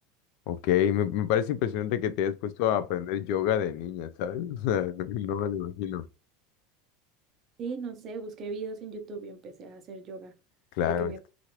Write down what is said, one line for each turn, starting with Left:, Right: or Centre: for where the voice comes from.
Left: Ok, me, me parece impresionante que te hayas puesto a aprender yoga de niña, ¿sabes? <laughs> O sea, no me lo imagino.
Right: Sí, no sé, busqué videos en YouTube y empecé a hacer yoga
Left: Claro,
Right: porque me...